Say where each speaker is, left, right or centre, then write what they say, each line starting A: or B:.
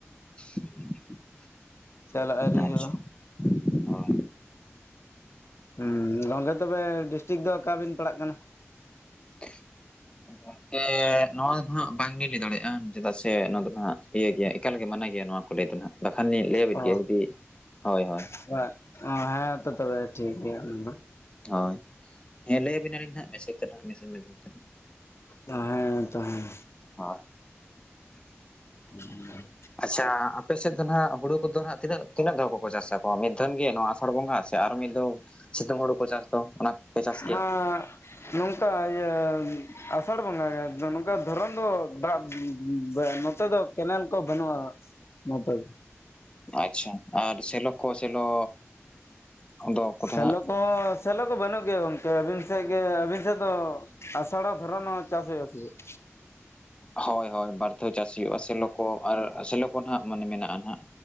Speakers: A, on the left; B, on the left.
A: <inaudible>
B: ᱪᱟᱞᱟᱜ ᱟᱹᱨᱤ
A: ᱟᱪᱪᱷᱟ
B: ᱦᱩᱭᱩᱜᱼᱟ
A: ᱦᱳᱭ
B: ᱦᱸ ᱜᱚᱝᱜᱮ ᱛᱚᱵᱮ ᱰᱤᱥᱴᱤᱠ ᱫᱚ ᱚᱠᱟ ᱵᱤᱱ ᱯᱟᱲᱟᱜ ᱠᱟᱱᱟ?
A: <unintelligible> ᱜᱚᱝᱠᱮ ᱱᱚᱣᱟ ᱫᱚ ᱦᱟᱸᱜ ᱵᱟᱝᱞᱤᱤᱱ ᱞᱟᱹᱭ ᱫᱟᱲᱮᱭᱟᱜᱼᱟ ᱪᱮᱫᱟᱜ ᱥᱮ ᱱᱚᱣᱟ ᱫᱚ ᱦᱟᱸᱜ ᱤᱭᱟᱹ ᱜᱮᱭᱟ ᱮᱠᱟᱞᱜᱮ ᱢᱟᱱᱟ ᱜᱮᱭᱟ ᱱᱚᱣᱟ᱾ ᱠᱚ ᱞᱟᱹᱭ ᱫᱚ ᱦᱟᱜ ᱵᱟᱠᱷᱟᱱᱞᱤᱧ ᱞᱟᱹᱭᱟᱵᱤᱫᱱ
B: ᱚ
A: ᱜᱮᱭᱟ ᱡᱩᱫᱤ ᱦᱳᱭ ᱦᱳᱭ᱾
B: <unintelligible> ᱚ ᱦᱮᱸ ᱛᱚ ᱛᱚᱵᱮ ᱴᱷᱤᱠ ᱜᱮᱭᱟ ᱱᱟᱦᱟᱜ ᱾
A: ᱦᱳᱭ ᱦᱮᱸ ᱞᱟᱹᱭᱟᱵᱤᱱᱟᱞᱤᱧ ᱱᱟᱜ ᱢᱮᱥᱮᱡ ᱛᱮᱱᱟᱜ ᱢᱮᱥᱮᱡ ᱢᱟᱫᱽᱫᱷᱚᱢ ᱛᱮᱱᱟᱜ᱾
B: ᱦᱮᱸ ᱛᱚ ᱦᱮᱸ᱾
A: ᱚ
B: ᱦᱩ᱾
A: ᱟᱪᱪᱷᱟ ᱟᱯᱮ ᱥᱮᱫ ᱫᱚ ᱱᱟᱜ ᱦᱩᱲᱩ ᱠᱚᱫᱚ ᱱᱟᱜ ᱛᱤᱱᱟᱹᱜ ᱛᱤᱱᱟᱹᱜ ᱫᱷᱟᱣ ᱠᱚᱠᱚ ᱪᱟᱥᱟᱠᱚ ᱢᱤᱫ ᱫᱷᱟ. ᱱ ᱜᱮ ᱱᱚᱣᱟ ᱟᱥᱟᱲ ᱵᱚᱸᱜᱟ ᱥᱮ ᱟᱨ ᱢᱤᱫ ᱫᱷᱟᱣ ᱥᱤᱛᱩᱝ ᱦᱩᱲᱩ ᱠᱚ ᱪᱟᱥ ᱫᱚ ᱚᱱᱟ? ᱠᱚᱯᱮ ᱪᱟᱥ ᱜᱮᱭᱟ
B: ᱟᱸᱻ ᱱᱚᱝᱠᱟ ᱤᱭᱟᱹ ᱟᱥᱟᱲ ᱵᱚᱸᱜᱟ ᱜᱮ, ᱟᱫᱚ ᱱᱚᱝᱠᱟ ᱫᱷᱚᱨᱚᱱ ᱫᱚ ᱫᱟᱜ ᱱᱚᱛᱮ ᱫᱚ ᱠᱮᱱᱮᱞ ᱠᱚ ᱵᱟᱹᱱᱩᱜ-ᱟ᱾ <unintelligible>
A: ᱟᱪᱪᱷᱟ, ᱟᱨ ᱥᱮᱞᱚ ᱠᱚ ᱥᱮᱞᱚ? ᱟᱫᱚ ᱠᱚᱫᱚ
B: ᱥᱮᱞᱚ
A: ᱦᱟᱸᱜ
B: ᱠᱚᱦᱚᱸ ᱥᱮᱞᱚ ᱠᱚ ᱵᱟᱹᱱᱩᱜ ᱜᱮᱭᱟ ᱜᱚᱝᱠᱮ ᱟᱹᱵᱤᱱ ᱥᱮᱫ ᱜᱮ ᱟᱹᱵᱤᱱ ᱥᱮᱫ ᱫᱚ ᱟᱥᱟᱲ ᱦᱚᱸ, ᱫᱷᱚᱨᱟᱱ ᱦᱚᱸ ᱪᱟᱥ ᱦᱩᱭᱩᱜ-ᱟ ᱥᱮ ᱪᱮᱫ?
A: ᱦᱳᱭ ᱦᱳᱭ ᱵᱟᱨ ᱫᱷᱟᱣ ᱪᱟᱥ ᱦᱩᱭᱩᱜ-ᱟ᱾ ᱥᱮᱞᱚ ᱠᱚ ᱟᱨ ᱥᱮᱞᱚ ᱠᱚ ᱱᱟᱜ ᱢᱟᱱᱮ ᱢᱮᱱᱟᱜ-ᱟ ᱱᱟᱜ᱾